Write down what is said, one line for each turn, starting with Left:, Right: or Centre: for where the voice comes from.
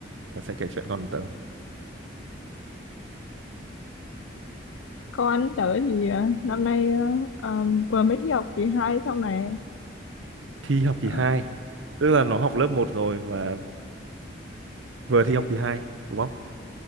Right: Tớ sẽ kể chuyện con của tớ.
Left: con tớ thì à, năm nay à, à, vừa mới thi học kỳ 2 xong này
Right: <laughs> Thi học kỳ
Left: à,
Right: 2, tức là nó học lớp một rồi và vừa thi học kỳ 2 đúng không?